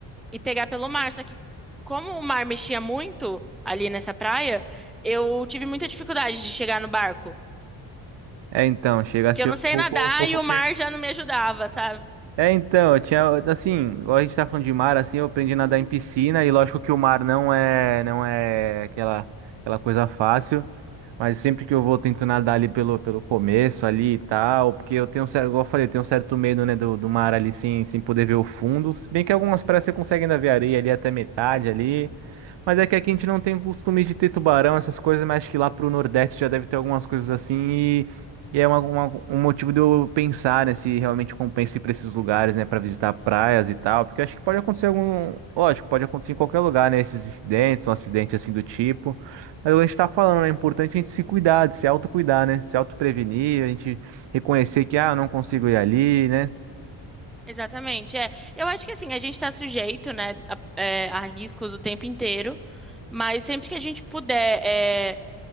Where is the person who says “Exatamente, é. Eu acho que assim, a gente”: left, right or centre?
Centre